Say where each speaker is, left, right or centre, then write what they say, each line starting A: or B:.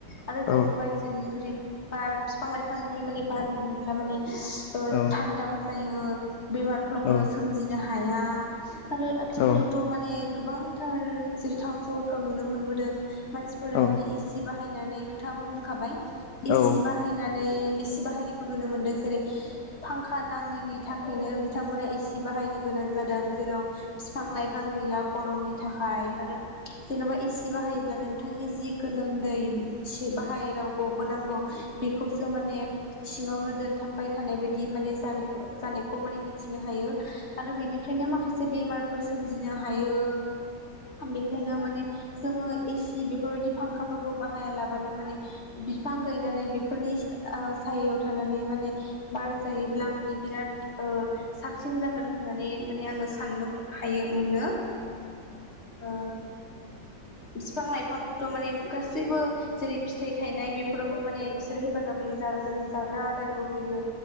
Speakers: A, on the left (about 40°); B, on the left (about 70°).
A: आरो
B: औ
A: जोङो बायजोनि जेरै बार फिफां लाइफांनिफ्राय माने बार मोनो दा माने <unintelligible> ओ
B: औ
A: थान्दाबो जायो बेमारफोरबो
B: औ
A: सोमजिनो हाया दा <unintelligible> आरो आथिखालावथ'
B: औ
A: माने गोबांथार जेरै थाउन सहरफ्राव नुनो मोनबोदों मानसिफोरा माने
B: औ औ
A: एसि बाहायनानै नोंथाङाबो बुंखाबाय एसि
B: औ उम औ उम औ उम औ उम औ
A: बाहायनानै एसि बाहायनाय खौ नुनो मोनदों जेरै फांखा नाङैनि था <unintelligible> थांमोना एसि बाहायनो गोनां जादों जेराव फिफां लाइफां गैया गरमनि थाखाय आरो जेन'बा एसि बाहायोब्ला नों थांनि जि गोलोमदै जे बाहेराव गबोनांगौ बेखौसो माने सिङावनो दोनथाबबाय थानाय बाय दि माने जानायखौ जानायखौ माने मिथिनो हायो आरो बेनिफ्रायनो माखासे बेमारफोर सोमजिनो हायो बेखायनो माने जोङो एसि बेफोरबायदि फांखाफोरखौ बाहाया लाबानो माने बिफां गायनानै बेफोरनिस ओ सायायाव थानानै माने बार जायोब्ला माने बिराद ओ साबसिन जागोन होननानै माने आङो साननोम हायो मोनो ओ बिफां लाइफांखौथ' माने गासैबो जेरै फिथाइ थायनाय बे फोरावबो माने बिसोर हेफाजाब होयो जा जोंनो जाग्रा आदारबो होयो